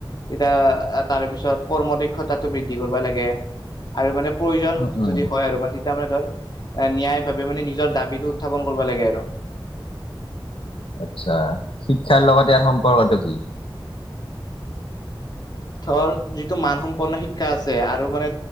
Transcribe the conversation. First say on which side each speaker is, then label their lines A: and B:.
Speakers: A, on the left (about 50°); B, on the left (about 85°).
A: তেতিয়া তাৰে পিছত কৰ্ম দক্ষতাটো বৃদ্ধি কৰিব লাগে আৰু মানে প্ৰয়োজন
B: উম, উম,
A: যদি হয় আৰু মানে তাৰ মানে ধৰ ন্যায় ভাৱে মানে নিজৰ দাবীটো উত্থাপন কৰিব লাগে আৰু
B: আচ্ছা শিক্ষাৰ লগত ইয়াৰ সম্পৰ্কটো কি?
A: ধৰ যিটো মান সম্পন্ন শিক্ষা আছে আৰু মানে